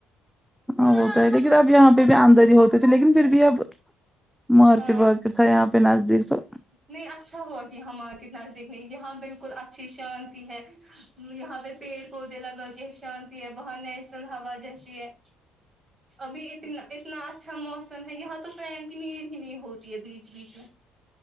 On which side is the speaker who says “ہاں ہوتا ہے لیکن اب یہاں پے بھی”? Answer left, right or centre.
Centre